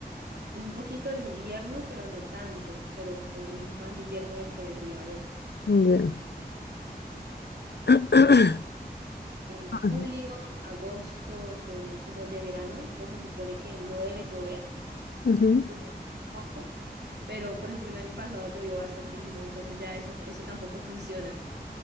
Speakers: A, on the right; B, on the left.
A: en un poquito de invierno, pero no tanto, pero es más invierno del que debería haber.
B: Ya. <clears throat>
A: En
B: Ay,
A: julio, agosto son como de verano, que se supone que no debe llover
B: ujú.
A: o llueve poco Pero, por ejemplo, el año pasado llovió bastantísimo, entonces ya eso, eso tampoco funciona.